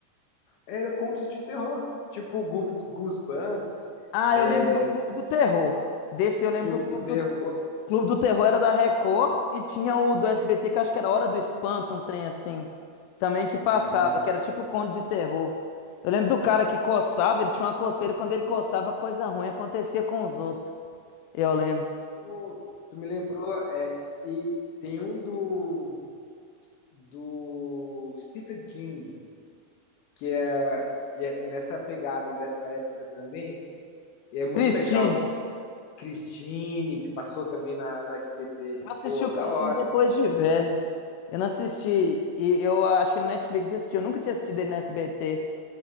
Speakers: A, on the left (about 70°); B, on the left (about 90°).
A: Era contos de terror. Tipo Goose- Goosebumps,
B: Ah,
A: é,
B: eu lembro do Clube do Terror. Desse eu lembro
A: Clube
B: do Clube
A: do Terror.
B: do Clube do Terror era da Record e tinha o do SBT, que acho que era Hora do Espanto, um trem assim. Também que passava,
A: E isso,
B: que era tipo conto de terror. Eu lembro do cara que coçava, ele tinha uma coceira, quando ele coçava, coisa ruim acontecia com os outros. Eu lembro.
A: pô, tu me lembrou. é, e tem um do, do Stephen King, que é, e é nessa pegada dessa época também. E é muito
B: Cristine.
A: legal. Christine, que passou também na, no SBT.
B: Eu assisti
A: Pô,
B: o
A: da
B: Cristine
A: hora.
B: depois de velho. Eu não assisti, e eu achei no Netflix e assisti. Eu nunca tinha assistido ele no S B T